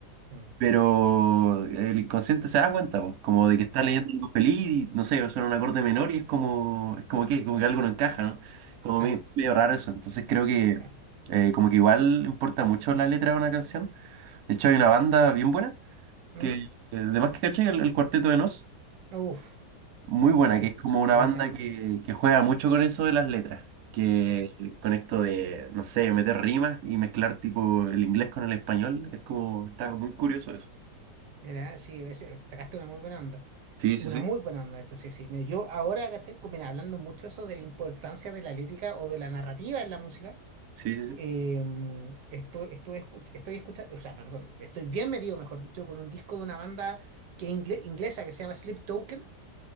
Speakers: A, on the right; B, on the right.
A: mm,
B: pero el inconsciente se da cuenta, pues, como de que está
A: claro,
B: leyendo algo feliz y no sé, suena un acorde menor y es como, es como que, como que algo no encaja, ¿no? Como
A: claro.
B: medio, medio raro eso. Entonces creo que
A: Claro.
B: eh, como que igual importa mucho la letra de una canción. De hecho, hay una banda bien buena
A: ¿Mm?
B: que, eh, además que caché, el, el Cuarteto de Nos.
A: Uf,
B: Muy buena,
A: sí,
B: que es como una
A: buenísima
B: banda
A: onda.
B: que, que juega mucho con eso de las letras, que
A: Sí,
B: con esto de, no sé, meter rimas y mezclar tipo el inglés con el español, es como, está muy curioso eso.
A: mira, sí, ese- sacaste una muy buena onda.
B: Sí, sí,
A: Una
B: sí,
A: muy buena onda, de hecho, sí, sí. Mira, yo ahora acá estoy mira, hablando mucho eso de la importancia de la lírica o de la narrativa en la música.
B: sí, sí, sí.
A: em, esto- estuve escu- estoy escuchando, o sea, perdón, estoy bien metido, mejor dicho, con un disco de una banda que ingle- inglesa que se llama Sleep Token.